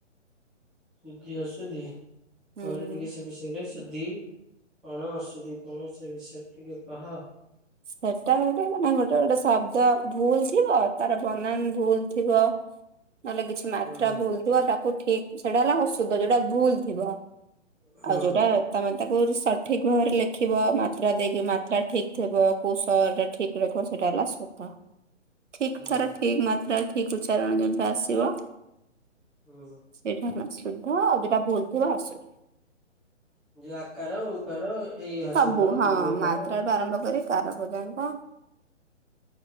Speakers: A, in the centre; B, on the right (about 70°).
A: ଶୁଦ୍ଧି, ଅଶୁଦ୍ଧି
B: ହୁଁ।
A: କହିଲୁ ଟିକେ ସେ ବିଷୟରେ? ରେ ଶୁଦ୍ଧି କଣ ଅଶୁଦ୍ଧି କଣ ସେ ବିଷୟରେ ଟିକେ କହ?
B: ସେଟା ଗୋଟେ ମାନେ ଗୋଟେ ଗୋଟେ ଶବ୍ଦ ଭୁଲ ଥିବ ତାର ବନାନ ଭୁଲ ଥିବ। ନହେଲେ କିଛି ମାତ୍ରା
A: ହୁଁ
B: ଭୁଲ ଥିବ ତାକୁ ଠିକ ସେଇଟା ହେଲା ଅଶୁଦ୍ଧ ଯୋଉଟା ଭୁଲ ଥିବ।
A: ହୁଁ
B: ଆଉ ଯୋଉଟା ତମେ ତାକୁ ସଠିକ ଭାବରେ ଲେଖିବ ମାତ୍ରା ଦେଇକି ମାତ୍ରା ଠିକ ଥବ। କୋଉ ସ ଟା ଠିକ ରଖିବ ସେଟା ହେଲା ଶୁଦ୍ଧ ଠିକ
A: ହୁଁ
B: ଥର ଠିକ ମାତ୍ରା ଠିକ୍ ଉଚ୍ଚାରଣ ଯେମିତି ଆସିବ।
A: ହୁଁ ହୁଁ।
B: ଏଇଟା ହେଲା ଶୁଦ୍ଧ ଆଉ ଯୋଉଟା ଭୁଲ ଥିବ ଅଶୁଦ୍ଧ।
A: ଯୋଉ ଆକାର, ଉକାର ଏଇ ହସଉକାର,
B: ସବୁ ହଁ
A: ଦୁଗଇକାର
B: ମାତ୍ରାଠୁ ଆରମ୍ଭ କରି କାର ପର୍ଯ୍ୟନ୍ତ।